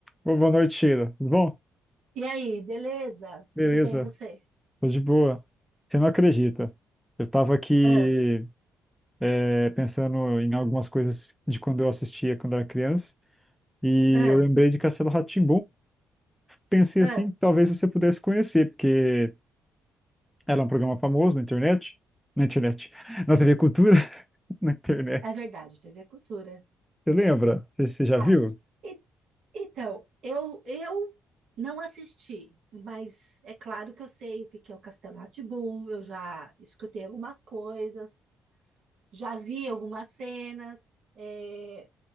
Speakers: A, in the centre; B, on the right (about 65°).
A: Bo- Boa noite, Sheila. Tudo bom?
B: E aí, beleza?
A: Beleza,
B: Tudo bem você?
A: tô de boa. Você não acredita. Eu tava aqui
B: Ah,
A: é, pensando em algumas coisas de quando eu assistia quando era criança e
B: ah,
A: eu lembrei de Castelo rá tim Pensei
B: ah.
A: assim, talvez você pudesse conhecer, porque era um programa famoso na internet. Na internet. Na TV Cultura, <laughs> na internet.
B: É verdade, TV é Cultura.
A: Você lembra? Você, você já
B: Ah,
A: viu?
B: e- então, eu eu não assisti, mas é claro que eu sei o que que é o Castelo rá tim eu já escutei algumas coisas, já vi algumas cenas, é,